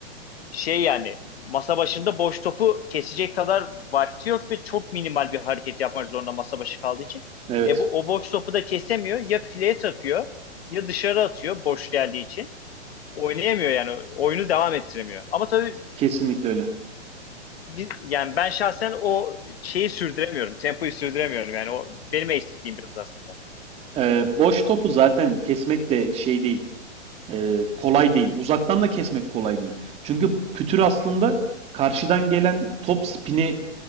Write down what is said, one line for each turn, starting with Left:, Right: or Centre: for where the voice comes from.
Left: şey yani masa başında boş topu kesecek kadar vakti yok ve çok minimal bir hareket yapmak zorunda masa başı kaldığı için.
Right: Evet.
Left: E bu, o boş topu da kesemiyor. Ya fileye takıyor ya dışarı atıyor boş geldiği için. Oynayamıyor yani. Oyunu devam ettiremiyor. Ama tabii
Right: Kesinlikle öyle.
Left: biz, yani ben şahsen o şeyi sürdüremiyorum. Tempoyu sürdüremiyorum. Yani o benim eksikliğim biraz aslında.
Right: E, boş topu zaten kesmek de şey değil. e, kolay değil. Uzaktan da kesmek kolay değil. Çünkü pütür aslında karşıdan gelen top spini